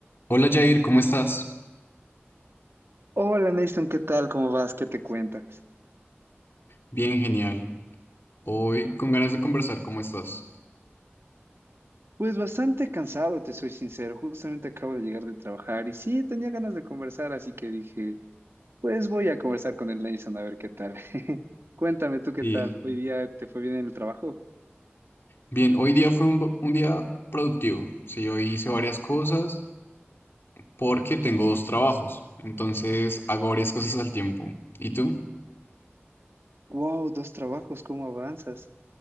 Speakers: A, on the left; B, on the right.
A: Hola Jair, ¿cómo estás?
B: Hola Nathan, ¿qué tal? ¿Cómo vas? ¿Qué te cuentas?
A: Bien, genial. Hoy con ganas de conversar, ¿cómo estás?
B: Pues bastante cansado, te soy sincero. Justamente acabo de llegar de trabajar y sí, tenía ganas de conversar, así que dije, pues voy a conversar con el Nathan a ver qué tal. <laughs> Cuéntame tú qué
A: Sí,
B: tal. ¿Hoy día te fue bien en el trabajo?
A: bien, hoy día fue un, bo- un día productivo. Sí, hoy hice varias cosas porque tengo dos trabajos, entonces hago varias cosas al tiempo. ¿Y tú?
B: Wow, dos trabajos, ¿cómo avanzas?